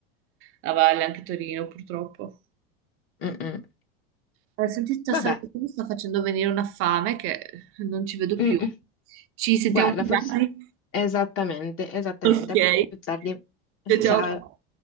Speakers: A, on the right; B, on the left.
A: a valle anche Torino, purtroppo.
B: Mm-mm.
A: Eh, Senti, stasera
B: Vabbè,
A: perché mi sta facendo venire una fame che non ci vedo
B: Mm,
A: più.
B: mm.
A: Ci sentiamo
B: Guarda,
A: più
B: forse
A: tardi?
B: esattamente, esattamente.
A: <laughs>
B: A più
A: Ok.
B: tardi.
A: Ciao
B: Ciao.
A: ciao.